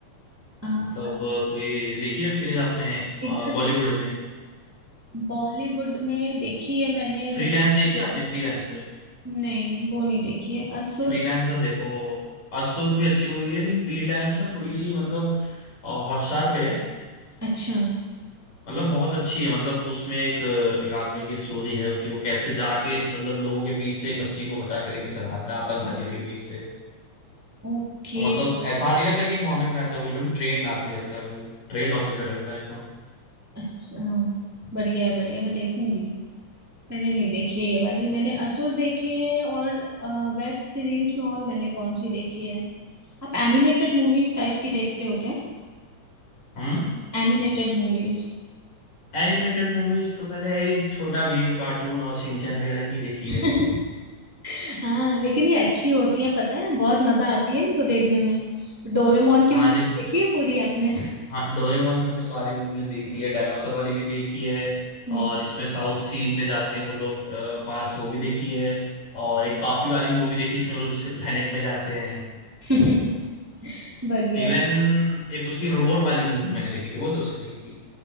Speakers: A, in the centre; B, on the left.
A: हाँ,
B: मतलब अ, कोई देखी वेब सीरीज आपने
A: इधर
B: बॉलीवुड में
A: बॉलीवुड में देखी है मैंने
B: फ्रीलांस
A: जैसे
B: देखी आपने फ्रीलांसर
A: नहीं वो नहीं देखी है असुर
B: फ्रीलांसर देखो असुर भी अच्छी मूवी है लेकिन फ्रीलांस ना थोड़ी सी मतलब हॉटस्टार पे है
A: अच्छा
B: मतलब बहुत अच्छी है मतलब उसमें एक एक आदमी की स्टोरी है कि वो कैसे जाके मतलब लोगों के बीच से एक बच्ची को बचा के लेके चला आता है आतंकवादियों के बीच से
A: ओके
B: और मतलब ऐसा नहीं रहता कि एक नॉर्मल इंसान रहता है वो एकदम ट्रेंड आदमी रहता है वो ट्रेंड ऑफिसर रहता है एकदम
A: अच्छा बढ़िया है बढ़िया मैं देखूंगी मैंने नहीं देखी है ये वाली मैंने असुर देखी है और वेब सीरीज में और मैंने कौन सी देखी है आप एनिमेटेड मूवीज टाइप की देखते हो
B: हम
A: Animated movies
B: एनिमेटेड मूवीज तो मैंने यही छोटा भीम कार्टून और शिनचैन वगैरह की देखी
A: <laughs>
B: है
A: हाँ लेकिन ये अच्छी होती है पता है बहुत मजा आती है इनको देखने में डोरेमोन की
B: हाँ
A: movie
B: जित
A: देखी है पूरी आपने
B: हाँ डोरेमोन की मैंने सारी मूवीज देखी है डायनासोर वाली भी देखी है
A: हम्म
B: और जिसमें साउथ सीज में जाते हैं वो लोग अ, पास में वो भी देखी है और एक पापी वाली मूवी देखी जिसमें वो लोग दूसरे planet में जाते हैं
A: हम्म। <laughs> बढ़िया
B: इवन एक उसकी रोबोट वाली मूवी मैंने देखी थी वो सबसे सही थी